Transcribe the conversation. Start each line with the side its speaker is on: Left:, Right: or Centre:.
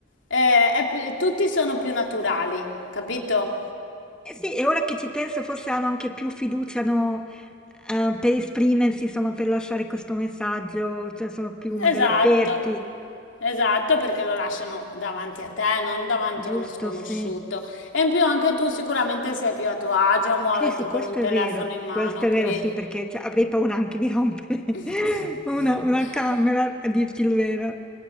Left: eh, è pi- tutti sono più naturali, capito?
Centre: Eh sì, e ora che ci penso forse hanno anche più fiducia, no, ehm, per esprimersi, insomma, per lasciare questo messaggio, cioè sono più magari
Left: Esatto,
Centre: aperti,
Left: esatto, perché lo lasciano davanti a te, non davanti
Centre: giusto?
Left: a uno sconosciuto.
Centre: Sì.
Left: E in più anche tu sicuramente sei più a tuo agio a muoverti
Centre: Sì, sì, questo
Left: con un telefono
Centre: è vero.
Left: in mano.
Centre: Questo è
Left: cre-
Centre: vero, sì, perché cioè, avrei paura anche di rompere <laughs>
Left: <laughs>
Centre: una,
Left: <coughs>
Centre: una camera, a dirti il vero.